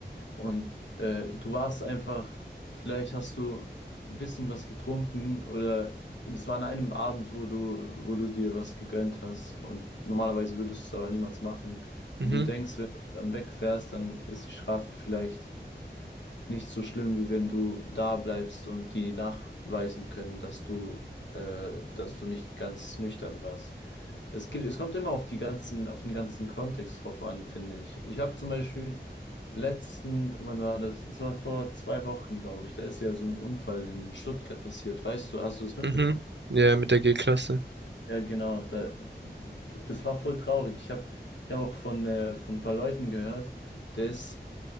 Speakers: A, on the left (about 85°); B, on the right (about 75°).
A: und äh, du warst einfach, vielleicht hast du ein bisschen was getrunken oder es war an einem Abend, wo du, wo du dir was gegönnt hast und normalerweise würdest du es aber niemals machen.
B: Mhm,
A: Und du denkst, wenn du dann wegfährst, dann ist die Strafe vielleicht nicht so schlimm, wie wenn du da bleibst und die nachweisen können, dass du, äh, dass du nicht ganz nüchtern warst. Es gibt, es kommt immer auf die ganzen, auf den ganzen Kontext drauf an, finde ich. Ich habe zum Beispiel letzten, wann war das? Es war vor zwei Wochen, glaube ich. Da ist ja so ein Unfall in Stuttgart passiert. Weißt du, hast du das mitbekommen?
B: mhm. Ja, mit der G-Klasse.
A: Ja, genau. Da, das war voll traurig. Ich habe, ich hab auch von, äh, von ein paar Leuten gehört, der ist